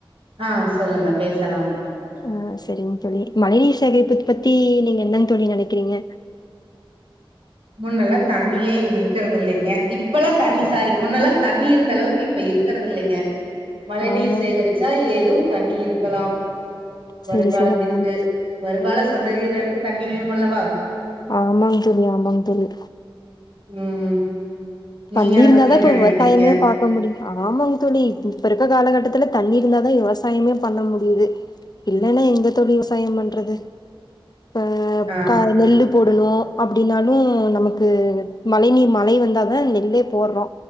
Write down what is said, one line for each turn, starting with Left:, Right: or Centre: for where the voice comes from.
Right: ஆ சொல்லுங்க பேசலாம்
Left: ஆ சரிங் தோழி மழைநீர் சேகரிப்பு பத்தி நீங்க என்னங் தோழி நனைக்கிறீங்க
Right: முன்னல்லா தண்ணியே இருக்குறதில்லைங்க இப்பல்லா தண்ணி சாரி முன்னல்லா தண்ணி இருந்த அளவுக்கு இப்ப இருக்குறதில்லைங்க மழை நீர்
Left: ஆமாங்க
Right: சேகரிச்சா ஏதும் தண்ணி இருக்கலாம் வருங்காலத்திற்கு
Left: செரி செரி ஆமாங்
Right: வருங்கால சந்ததியினருக்கு தண்ணி வேணுமல்லவா
Left: ஆமாங் தோழி ஆமாங் தோழி
Right: ம் நீங்க
Left: தண்ணி
Right: அத
Left: இருந்தாதா
Right: பத்தி என்ன
Left: இப்போ
Right: நெனைக்கிறீங்க
Left: விவசாயமே பாக் க முடியு ஆமாங்க தோழி இப்ப இருக்க காலகட்டத்துல தண்ணி இருந்தாதா விவசாயமே பண்ண முடியுது இல்லன்னா எங்க தோழி விவசாயோ பண்றது ப
Right: ஆ
Left: கா நெல்லு போடணு அப்டின்னாலு நமக்கு மழை நீ மழை வந்தாதா நே இல்லே போட்றோ